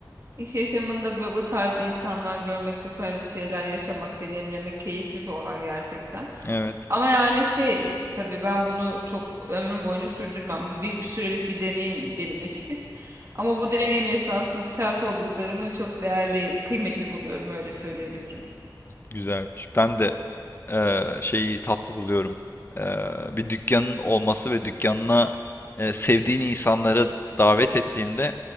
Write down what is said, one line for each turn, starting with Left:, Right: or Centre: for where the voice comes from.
Right: İş yaşamında bu, bu tarz insanlar görmek, bu tarz şeyler yaşamak, deneyimlemek keyifli bir olay gerçekten.
Left: Evet.
Right: Ama yani şey tabii ben bunu çok ömrüm boyunca sürdürmem. Bir, bir sürelik bir deneyim benim için. Ama bu deneyim esnasında şahit olduklarımı çok değerli, kıymetli buluyorum öyle söyleyebilirim.
Left: Güzelmiş. Ben de eee, şeyi tatlı buluyorum. Eee, bir dükkanın olması ve dükkanına eee, sevdiğin insanları davet ettiğinde